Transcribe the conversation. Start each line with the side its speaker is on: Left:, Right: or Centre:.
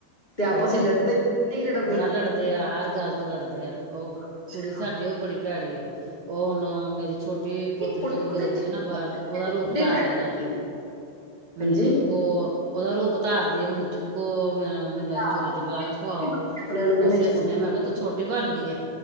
Left: ਤੇ ਆਪਸ
Right: ਹੋਰ
Left: ਚ ਲੜਦੇ ਵੀ ਕਿ ਨਹੀਂ ਲੜਦੇ
Right: ਬੜਾ ਲੜਦਾ ਦੇ ਆ ਹਰ ਗੱਲ ਤੋਂ ਲੜਦੇ ਆ, ਉਹ
Left: ਅੱਛਾ
Right: ਕੁੜੀ ਸਾਡੀ ਉਹ ਬੜੀ ਭੈੜੀ ਆ ਉਹ ਹੁਣ ਮੇਰੀ ਛੋਟੀ
Left: ਅੱਛਾ
Right: ਪੋਤਰੀ
Left: ਕੁੜੀਆਂ
Right: ਜਿਹੜੀ ਗਏਦੀ
Left: ਦੇ ਚੀਜ਼
Right: ਹੈ ਨਾ ਬਾਹਰ
Left: ਹੁੰਦੀ ਹੈ,
Right: ਉਹਦਾ
Left: ਮੁੰਡੇ
Right: ਰੂਪ ਉਤਾਰ
Left: ਭੈਣ
Right: ਲੈਦਾ
Left: ਹੁੰਦੇ।
Right: ਉਹਨੇ ਮੈਨੂੰ
Left: ਹਾਂਜੀ
Right: ਚੁੱਕੋ ਉਹਦਾ ਰੂਪ ਧਾਰਦੀ ਹੈ ਮੈਨੂੰ ਚੁੱਕੋ ਮੈਂ ਮੈਨੂੰ
Left: ਹਾਂ,
Right: ਝੋਲੀ ਜ
Left: ਆਪਣੇ
Right: ਬਾਹ ਕੇ ਖਵਾਓ,
Left: ਆਪ ਨੂੰ ਕਿ
Right: ਅਸੀਂ ਹਸਣੇ
Left: ਛੋਟੀ
Right: ਮੈਂ ਕਿਹਾ ਤੂੰ ਛੋਟੀ ਬਣ ਗਈ ਆ